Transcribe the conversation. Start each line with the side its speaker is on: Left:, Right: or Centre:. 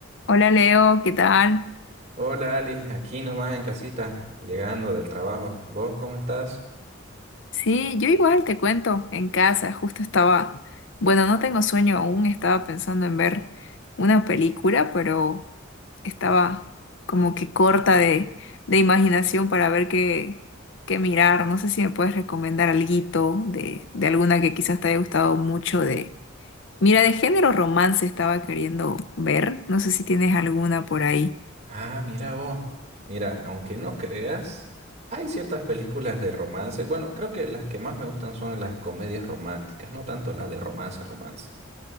Left: Hola Leo, ¿qué tal?
Right: Hola Ali, aquí nomás en casita, llegando del trabajo. ¿Vos cómo estás?
Left: Sí, yo igual te cuento, en casa, justo estaba, bueno, no tengo sueño aún, estaba pensando en ver una película, pero estaba como que corta de, de imaginación para ver qué, qué mirar. No sé si me puedes recomendar alguito de, de alguna que quizás te haya gustado mucho de... Mira, de género romance estaba queriendo ver, no sé si tienes alguna por ahí.
Right: Ah, mira vos. Mira, aunque no creas, hay ciertas películas de romance. Bueno, creo que las que más me gustan son las comedias románticas, no tanto las de romance, romance.